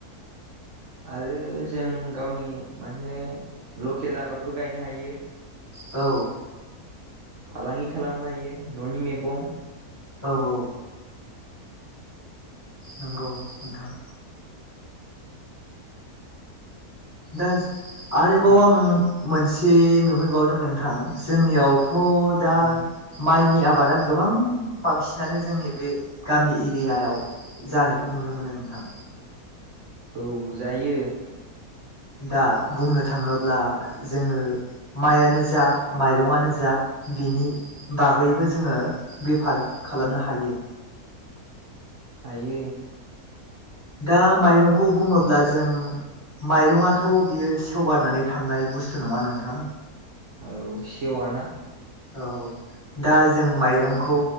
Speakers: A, on the right; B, on the left.
A: आरो जों गावनि माने लकेल आबादबो गायनो हायो
B: औ
A: फालांगि खालामनो हायो न'नि मैगं
B: औ औ नंगौ नोंथां दा आरोबाव
A: खाम
B: आं मोनसे नुहुरबावदों नोंथां जोंनियावथ' हो दा
A: औ
B: माइनि आबादा गोबां बांसिनानो जोंनि बे गामि एरियाायाव जानायखौ नुनो मोनो नोंथां
A: औ जायो
B: दा बुंनो थाङोब्ला जोङो माइयानो जा माइरंनो जा बिनि बागैबो जोङो बेफार खालामनो हायो
A: हायो
B: दा माइरंखौ बुङोब्ला जों माइरंआथ' बियो सेवगारनानै थांनाय बुस्थु नङा नोंथां।
A: औ सेवा ना
B: औ। दा जों माइरंखौ